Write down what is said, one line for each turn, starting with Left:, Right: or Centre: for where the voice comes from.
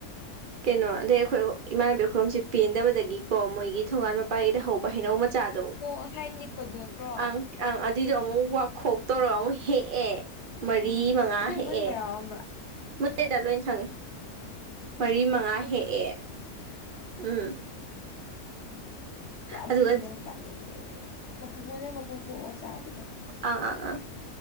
Right: ꯀꯩꯅꯣ ꯦ ꯑꯩꯈꯣꯏ ꯏꯃꯥꯟꯅꯕꯤ ꯑꯩꯈꯣꯏꯝꯁꯤ ꯄꯦꯟꯗꯕꯗꯒꯤꯀꯣ ꯃꯣꯏꯒꯤ ꯊꯣꯡꯉꯥꯟ ꯃꯄꯥꯥꯏꯗ ꯍꯧꯕ ꯍꯩꯅꯧ ꯆꯥꯗꯣ
Left: ꯑꯣ ꯉꯁꯥꯏ ꯅꯤꯛꯄꯗꯨ ꯅꯠꯇ꯭ꯔꯣ
Right: ꯑꯪ ꯑꯪ ꯑꯗꯨꯏꯗꯣ
Left: ꯎꯝ
Right: ꯑꯃꯨꯛ ꯋꯥꯈꯣꯛ ꯇꯧꯔꯒ ꯑꯃꯨꯛ ꯍꯦꯛꯑꯦ ꯃꯔꯤ
Left: ꯎꯝ
Right: ꯃꯉꯥ
Left: ꯑꯗꯨꯏ
Right: ꯍꯦꯛꯑꯦ
Left: ꯃꯨꯟꯕ ꯌꯥꯎꯔꯝꯕ꯭ꯔꯥ
Right: ꯃꯦꯗ ꯂꯣꯏ ꯁꯪꯉꯦ ꯃꯔꯤ ꯃꯉꯥ
Left: ꯃꯨꯟ
Right: ꯍꯦꯛꯑꯦ ꯎꯝ
Left: ꯑꯣ ꯑ ꯑꯃꯨꯟꯕꯗꯤꯣ
Right: ꯑꯗꯨꯒ
Left: ꯌꯥꯝ ꯆꯥꯅꯤꯡꯉꯦ ꯑꯩꯗꯤ ꯃꯄꯨꯝꯣꯏ ꯑꯣꯏꯅ ꯃꯀꯨꯝ ꯈꯣꯛꯑꯣ ꯆꯥꯕꯗꯣ
Right: ꯑꯥ ꯑꯥ ꯑ